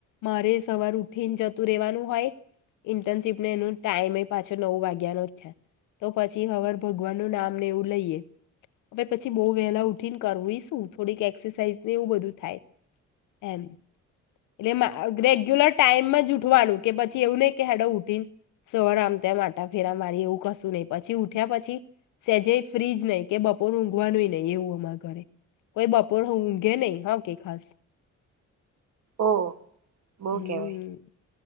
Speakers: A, on the left; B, on the right.
A: મારે સવાર ઉઠીને જતું રેવાનું હોય ઇન્ટર્નશીપને એનું ટાઈમ પાછો નવ વાગ્યાનો જ છે તો પછી હર ભગવાન નું નામ ને એવું લઈએ. હવે પછી બઉુ વહેલા ઉઠીને કરવું શું થોડીક એક્સરસાઈઝ એવું બધું થાય એમ એટલે એમાં રેગ્યુલર ટાઈમમાં જ ઉઠવાનું કે પછી એવું નહી કે હેડો ઉઠીને સવાર આમ તેમ આટા ફેરા મારી એવું કશું નહી પછી ઉઠ્યા પછી સેજે ફ્રીજ નહી કે બપો પોર ઊંઘવાનુંય નહી એવું અમાર ઘરે કોઈ બપોર ઊંઘે નહી હ કે ખાસ
B: ઓ બહુ
A: હમ્મ.
B: કેવાય